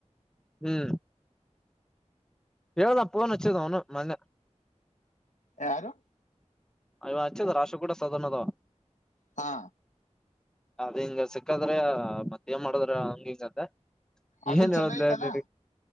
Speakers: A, in the centre; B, on the left (about 90°).
A: ಹ್ಮ್ ಎವದಾ ಪಣ ವಚ್ಚದ ಒಣ ಮಂದ
B: ಯಾರು
A: ಇವ ಹಚ್ಚದ ರಾಶ ಕೂಡ ಸದಣ ಅದಾವ
B: ಹಾ
A: ಅದ್ ಹಿಂಗ ಸಿಕ್ಕಾದ್ರೆ ಮತ್ತ ನ್ ಮಾಡದ್ರ ಹಂಗ ಹಿಂಗದ
B: ಅದು
A: ಏನ್
B: ಚಲೋ
A: ಹೇಳುದ್ಲ
B: ಐತಲ್ಲ
A: ನೀರಿ